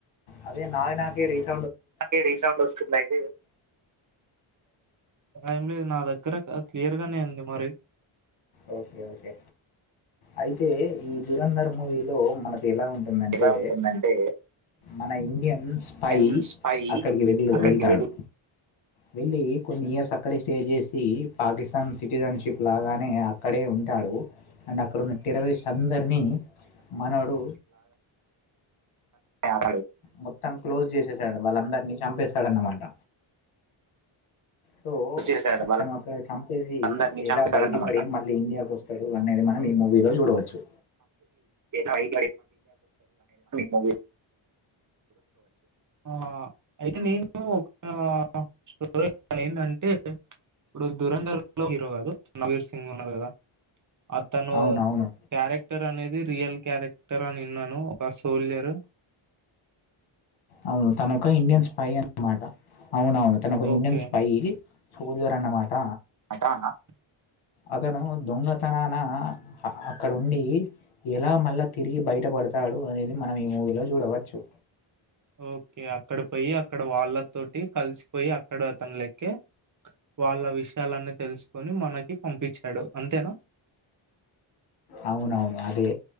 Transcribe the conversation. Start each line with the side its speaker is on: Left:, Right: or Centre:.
Left: అదే నాది నాకే రీసె
Right: నాకే రిసౌండ్ వస్తుందియైతే ఏం లేదు నా దగ్గర క్లియర్ గానే ఉంది మరి
Left: ఓకే ఓకే అయితే ఈ ధురంధర్ మూవీలో మన ఎలా ఉంటుందంటే
Right: ఎలా ఉంటుందంటే
Left: మన ఇండియన్ స్పై
Right: ఎన్స్ పై
Left: అక్కడికి వెళ్ళ
Right: అక్కడికి
Left: వెళ్తాడు
Right: వెళ్ళి
Left: వెళ్ళలి కొన్ని ఇయర్స్ అక్కడే స్టే చేసి పాకిస్తాన్ సిటిజన్షిప్ లాగానే అక్కడే ఉంటాడు అండ్ అక్కడ ఉన్న టెర్రరిస్ట్ అందరినీ మనడు
Right: సే
Left: మొత్తం క్లోజ్ చేసేసాడు వాళ్ళందరినీ చంపేసాడన్నమాట సో
Right: మోస్ చేశాడు
Left: అతను ఒకే చా వచ్చేసి
Right: వాళ్ళందరినీ చంపేశాడన్నమాట
Left: ఎలా బయటపడి మళ్ళీ ఇండియాకొస్తడు అనేది మనం ఈ మూవీలో జూడవచ్చు
Right: లాడి కునే ఆ అయితే నేను ఆ ఒక స్టోరీ ఎందంటే ఇప్పుడు దూరంధర్ మూవీ లో హీరో కాదు నవీర్ సింగ్ ఉన్నారు గదా అతనూ
Left: అవునవును
Right: క్యారెక్టర్ అనేది రియల్ క్యారెక్టర్ అని విన్నను ఒక స్ సోల్జరు
Left: అవును తనొక ఇండియన్ స్పై అన్నమాట అవునవును తనొక
Right: ఓకే
Left: ఇండియన్ స్పై సోల్జర్ అన్నమాట
Right: అహా
Left: అతనూ దొంగతనాన అ అ అక్కడుండీ ఎలా మళ్ళ తిరిగి బయటప డతాడు అనేది మనం ఈ మూవీలో జూడవచ్చు
Right: ఓకే అక్కడ పోయి అక్కడ వాళ్ళతోటి కలిసిపోయి అక్కడ అతనిలెక్కే వాళ్ళ విషయాలన్నీ తెలుసుకొని మనకి పంపిచ్చాడు అంతేనా
Left: అవునవును అదే